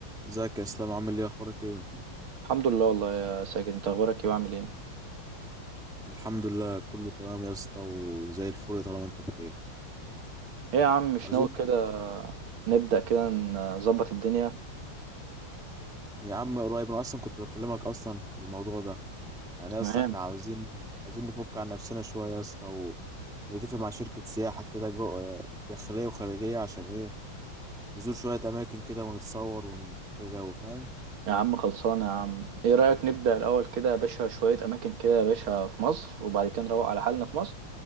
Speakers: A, in the centre; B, on the right.
A: ازيك يا اسلام عامل ايه اخبارك ايه
B: الحمد لله والله يا ساجد انت اخبارك ايه وعامل ايه
A: الحمد لله كله تمام يا اسطى وزي الفل طالما انت بخير
B: ايه يا عم مش
A: عاوزين
B: ناوي كده نبدأ كده نظبط الدنيا
A: يا عم قريب انا اصلا كنت بكلمك اصلا في الموضوع ده يعني
B: تمام
A: يا اسطى احنا عاوزين عاوزين نفك عن نفسنا شويه يا اسطى و- ونتفق مع شركه سياحه كده جو داخليه وخارجيه عشان ايه نزور شويه اماكن كده ونتصور ونفك جو فاهم
B: يا عم خلصانه يا عم ايه رأيك نبدأ الاول كده يا باشا شوية اماكن كده يا باشا في مصر وبعد كده نروق على حالنا في مصر